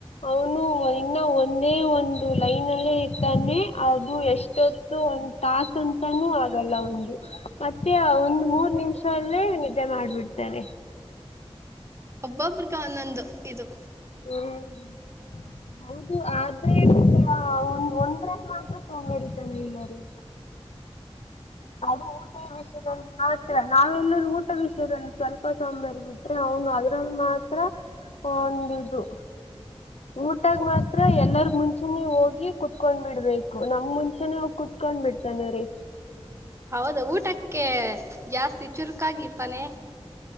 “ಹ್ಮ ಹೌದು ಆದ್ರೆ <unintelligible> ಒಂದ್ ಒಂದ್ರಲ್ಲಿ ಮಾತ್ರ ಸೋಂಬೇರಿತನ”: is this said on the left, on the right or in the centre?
Left